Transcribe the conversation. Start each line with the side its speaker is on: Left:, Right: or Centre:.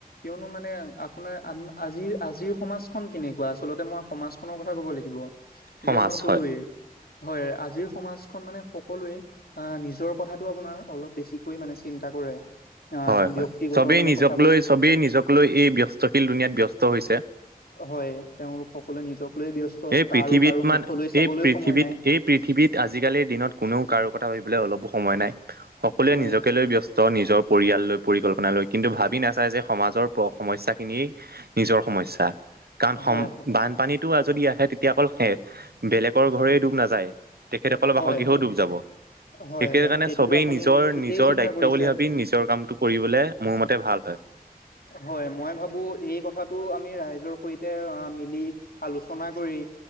Left: কিয়নো মানে আপোনাৰ আ আজিৰ আজিৰ সমাজ খন কেনেকুৱা, আচলতে মই সমাজখনৰ কথা ক'ব লাগিব
Right: সমাজ
Left: যে মই
Right: হয়।
Left: কলোৱেই। হয়, আজিৰ সমাজখন মানে সকলোৱে এ' নিজৰ কথাতটো আপোনাৰ অলপ বেছিকৈ মানে চিন্তা কৰে। আহ
Right: হয় হয়
Left: ব্যক্তিগত
Right: চবেই
Left: মানে
Right: নিজক
Left: কথাবোৰ
Right: লৈ, চবেই নিজক লৈ, এই ব্যস্তশীল দুুনিয়াত ব্যস্ত হৈছে।
Left: হয় তেওঁলোক সকলোৱে নিজক লৈ ব্যস্ত,
Right: এই পৃথিৱীত
Left: কাৰো-কাৰো
Right: মান
Left: মুখলৈ চাবলৈ
Right: এই পৃথিৱীত
Left: সময় নাই।
Right: এই পৃথিৱীত আজিকালিৰ দিনত কোননেও কাৰো কথা ভাবিবলৈ অলপো সময় নাই। সকলোৱে
Left: হয়
Right: নিজকে লৈ ব্যস্ত নিজ পৰিয়াল লৈ, পৰিকল্পনা লৈ কিন্তু ভাবি নাচায় যে, সমাজৰ প সমস্যাখিনি নিজৰ সমস্যা। কাৰণ সম
Left: হয়
Right: বানপানীটো যদি আহে তেতিয়া অকল সে বেলেগৰ ঘৰে ডুব নাযায়। তেখেতসকলৰ
Left: হয়
Right: বাসগৃহও
Left: হয়
Right: ডুব যাব।
Left: হয়
Right: <unintelligible> কাৰণে
Left: হয় সেইটোতো
Right: চবেই
Left: আপুনি
Right: নিজৰ-নিজৰ
Left: ঠিকেই চিন্তা
Right: দায়িত্ব
Left: কৰিছে
Right: বুলি ভাবি নিজৰ কামটো কৰিবলৈ মোৰ মতে, ভাল হয়।
Left: হয়। মই ভাবো, এই কথাটো আমি ৰাইজৰ সৈতে অ' মিলি আলোচনা কৰি,